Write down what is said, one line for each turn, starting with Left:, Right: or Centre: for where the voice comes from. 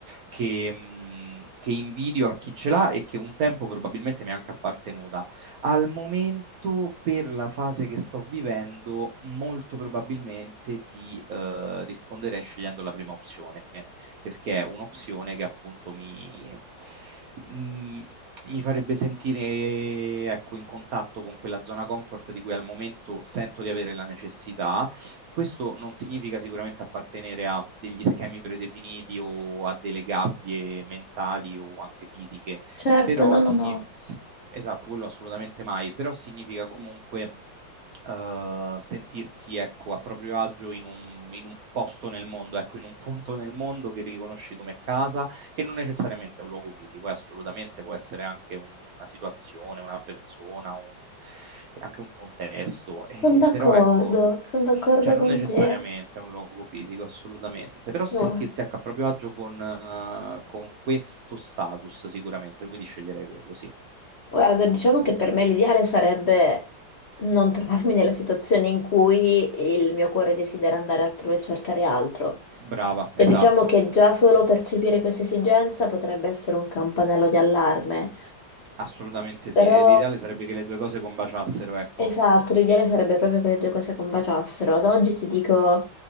Right: che, mh, che invidio a chi ce l'ha e che un tempo probabilmente mi è anche appartenuta. Al momento, per la fase che sto vivendo, molto probabilmente ti eh, risponderei scegliendo la prima opzione, eh, perché è un'opzione che appunto mi, mm, mi farebbe sentire, ecco, in contatto con quella zona comfort di cui al momento sento di avere la necessità. Questo non significa sicuramente appartenere a degli schemi predefiniti o a delle gabbie mentali o anche fisiche
Left: Certo,
Right: però
Left: no,
Right: significa
Left: no, no.
Right: esatto, quello assolutamente mai, però significa comunque eh, sentirsi ecco, a proprio agio in un, in un posto nel mondo, ecco, in un punto nel mondo che riconosci come casa, che non necessariamente è un luogo fisico, eh, assolutamente può essere anche un- una situazione, una persona, un- e anche un contesto,
Left: Sono
Right: eh,
Left: d'accordo,
Right: però ecco,
Left: sono d'accordo
Right: cioè non
Left: con
Right: necessariamente
Left: te.
Right: è un luogo fisico, assolutamente, però sentirsi
Left: Mua.
Right: ecco, a proprio agio con, eh, con questo status sicuramente, quindi sceglierei quello, sì.
Left: Guarda, diciamo che per me l'ideale sarebbe non trovarmi nella situazione in cui il mio cuore desidera andare altrove e cercare altro.
Right: Brava, esatto.
Left: E diciamo che già solo percepire questa esigenza potrebbe essere un campanello di allarme,
Right: Assolutamente
Left: però
Right: sì, e l'ideale sarebbe che le due cose combaciassero, ecco.
Left: Esatto, l'ideale sarebbe proprio che le due cose combaciassero. Ad oggi ti dico,